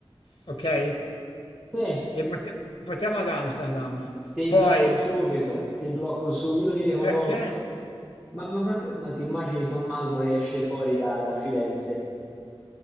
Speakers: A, on the left; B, in the centre.
A: ok?
B: sì,
A: Li porti- portiamo ad Amsterdam.
B: Ti
A: Poi,
B: blocco subito, ti blocco subito, io li riconosco.
A: perché?
B: Ma, ma, ma che- ma ti immagini Tommaso che esce fuori da, da Firenze,